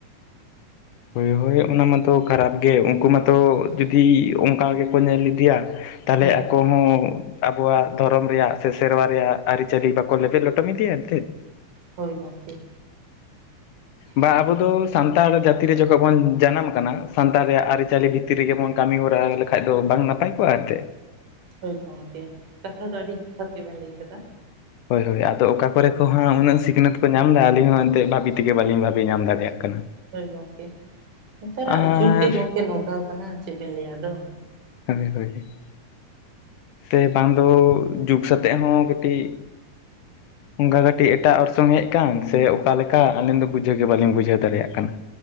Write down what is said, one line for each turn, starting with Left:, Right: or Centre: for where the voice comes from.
Left: ᱦᱳᱭ ᱦᱳᱭ ᱚᱱᱟ ᱢᱟᱛᱚ ᱠᱷᱟᱨᱟᱯ ᱜᱮ ᱩᱱᱠᱩ ᱢᱟᱛᱚ ᱡᱩᱫᱤ ᱚᱱᱠᱟ ᱜᱮᱠᱚ ᱧᱮᱞ ᱤᱫᱤᱭᱟ᱾ ᱛᱟᱦᱚᱞᱮ
Right: ᱦᱩᱸ
Left: ᱟᱠᱚ ᱦᱚᱸ, ᱟᱵᱚᱣᱟᱜ ᱫᱷᱚᱨᱚᱢ ᱨᱮᱭᱟᱜ ᱥᱮ ᱥᱮᱨᱣᱟ ᱨᱮᱭᱟᱜ ᱟᱹᱨᱤᱪᱟᱹᱞᱤ ᱵᱟᱠᱚ ᱞᱮᱵᱮ ᱞᱚᱴᱚᱢ ᱤᱫᱤᱭᱟ ᱮᱱᱛᱮᱫ,
Right: ᱦᱚᱭ ᱜᱚᱝᱠᱮ᱾
Left: ᱵᱟ ᱟᱵᱚ ᱫᱚ ᱥᱟᱱ, ᱛᱟᱲ ᱡᱟᱹᱛᱤ ᱨᱮ ᱡᱚᱠᱷᱚᱭ ᱵᱚᱱ ᱡᱟᱱᱟᱢ ᱟᱠᱟᱱᱟ ᱥᱟᱱᱛᱟᱲ ᱨᱮᱭᱟᱜ ᱟᱹᱨᱤᱪᱟᱹᱞᱤ ᱵᱷᱤᱛᱤᱨ ᱨᱮᱜᱮ ᱵᱚᱱ ᱠᱟᱹᱢᱤ ᱦᱚᱨᱟ ᱞᱮᱠᱷᱟᱭ ᱫᱚ ᱵᱟᱝ ᱱᱟᱯᱟᱭ ᱠᱚᱼᱟ ᱮᱱᱛᱮᱜ
Right: ᱦᱳᱭ ᱜᱚᱝᱠᱮ ᱠᱟᱛᱷᱟ ᱫᱚ ᱟᱹᱰᱤ ᱡᱚᱛᱷᱟᱛ ᱜᱮᱵᱮᱱ ᱞᱟᱹᱭ ᱠᱟᱫᱟ᱾
Left: ᱦᱳᱭ ᱦᱳᱭ ᱟᱫᱚ ᱚᱠᱟ ᱠᱚᱨᱮ ᱠᱚ ᱦᱟᱸᱜ ᱩᱱᱟᱹᱜ ᱥᱤᱠᱷᱱᱹᱛ ᱠᱚ ᱧᱟᱢ ᱫᱟ ᱟᱞᱤᱧ ᱦᱚᱸ ᱮᱱᱛᱮᱜ ᱵᱷᱟᱵᱤ ᱛᱮᱜᱮ, ᱜᱮ ᱵᱟᱹᱞᱤᱧ ᱵᱷᱟᱵᱤ ᱧᱟᱢ ᱫᱟᱲᱮᱭᱟᱜ ᱠᱟᱱᱟ᱾
Right: ᱦᱳᱭ ᱜᱚᱝᱠᱮ ᱱᱮᱛᱟᱨᱟᱜ
Left: ᱟᱨ
Right: ᱡᱩᱜᱽ ᱜᱮ ᱜᱚᱢᱹᱝᱠᱮ ᱱᱚᱝᱠᱟᱣ ᱠᱟᱱᱟ ᱪᱮᱫ ᱵᱮᱱ ᱞᱟᱹᱭᱟ ᱟᱫᱚ,
Left: ᱦᱳᱭ ᱦᱳᱭ᱾ ᱥᱮ ᱵᱟᱝ ᱫᱚ ᱡᱩᱜᱽ ᱥᱟᱛᱮᱜ ᱦᱚᱸ ᱠᱟᱹᱴᱤᱜ ᱚᱱᱠᱟ ᱠᱟᱹᱴᱤᱜ ᱮᱴᱟᱜ ᱚᱨᱥᱚᱝ ᱦᱮᱜ ᱠᱟᱱ ᱥᱮ ᱚᱠᱟᱞᱮᱠᱟ ᱟᱹᱞᱤᱧ ᱫᱚ ᱵᱩᱡᱷᱟᱹᱣ ᱜᱮ ᱵᱟᱹᱞᱤᱧ ᱵᱩᱡᱷᱟᱹᱣ ᱫᱟᱲᱮᱭᱟᱜ ᱠᱟᱱᱟ᱾